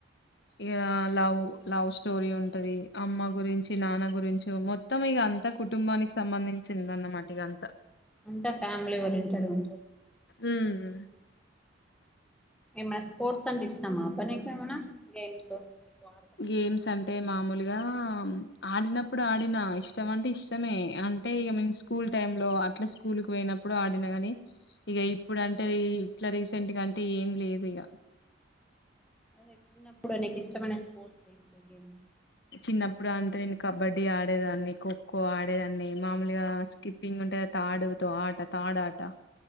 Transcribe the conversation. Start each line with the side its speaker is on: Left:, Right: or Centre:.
Left: ఇగా లవ్ లవ్ స్టోరీ ఉంటది, అమ్మ గురించి నాన్న గురించి మొత్తం ఇగ అంత కుటుంబానికి సంబంధించిందన్నమాట ఇగ అంతా
Centre: అంతా ఫ్యామిలీ ఓరియెంటెడ్ గు
Left: ఉమ్ ఉ
Centre: ఏమ్మ స్పోర్ట్స్ అంటె ఇష్టమా అబ్బ నీకేమన్న గేమ్స్ ఆడతావా
Left: గేమ్స్ అంటే మామూలుగా ఆడినప్పుడు ఆడినా ఇష్టం అంటే ఇష్టమే అన్ అంటే ఇగ మేం స్కూల్ టైమ్ లో అట్ల స్కూల్ కు పోయినప్పుడు ఆడిన గని ఇగ ఇప్పుడంటే ఈ ఇట్లా రీసెంట్ గ అంటే ఏం లేదు ఇగ.
Centre: అదే చిన్నప్పుడు నీకు ఇష్టమైన స్పోర్ట్స్ ఎంటివి గేమ్స్
Left: చిన్నప్పుడంటే నేను కబడ్డీ ఆడేదాన్ని, ఖోఖో ఆడేదాన్ని, మామూలుగా స్కిప్పింగ్ అంటే తాడుతో ఆట, తాడాట